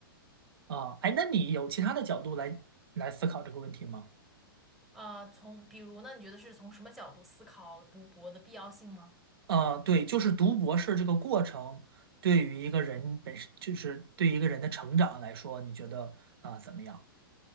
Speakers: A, on the right; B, in the centre.
A: 啊，哎，那你有其他的角度来来思考这个问题吗？
B: 呃，从比如呢，你觉得是从什么角度思考读博的必要性吗？
A: 呃，对，就是读博士这个过程，对于一个人本身，就是对一个人的成长来说，你觉得啊、怎么样？